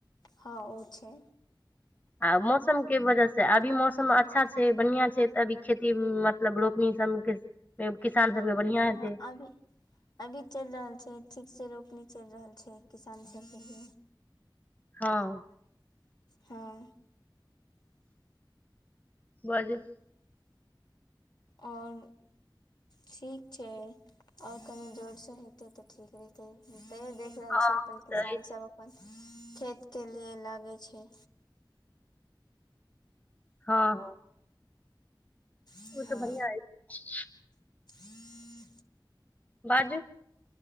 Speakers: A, on the left; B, on the left.
A: हँ ओ छै
B: आ मौसम के वजह से अभी मौसम अच्छा छै बढ़िया छै तऽ अभी खेती म लब रोपनी सब के किसान सब के बढ़िया
A: हँ
B: हेतै।
A: अभी अभी चइल रहल छै ठीक से रोपनी चइल रहल छै किसान सबके लिए।
B: हँ
A: हँ
B: बाजू?
A: आओ ठीक छै ओर कनि जोर से हेतै तऽ ठीक रहते तऽ के एल
B: हँ
A: छिये अपन
B: ओ
A: किसान
B: तऽ अछि
A: सब अपन खेत के लिए लागे छै।
B: हँ हँ
A: हँ
B: ओ तऽ बढ़िआ अइछ
A: <inaudible>
B: बाजू